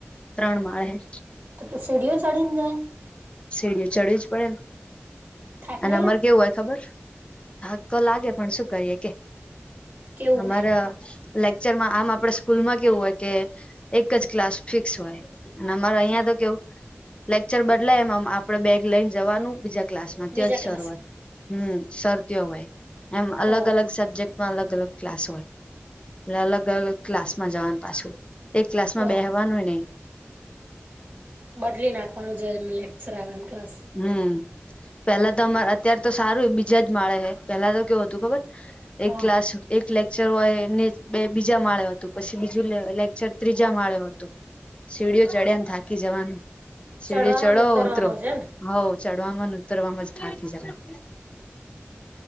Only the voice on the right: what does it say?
તું સીડીઓ ચડીને જાય.
થાક નહી
લાગતી
કેવું
હોય
હમ
બીજા
ક્લાસમાં
ઓહ
ઓહ
બદલી નાખવાનું જે એમ લેક્ચર આવે એમ ક્લાસ.
હ
ચડવામાં
ઉતરવામાં
છે ને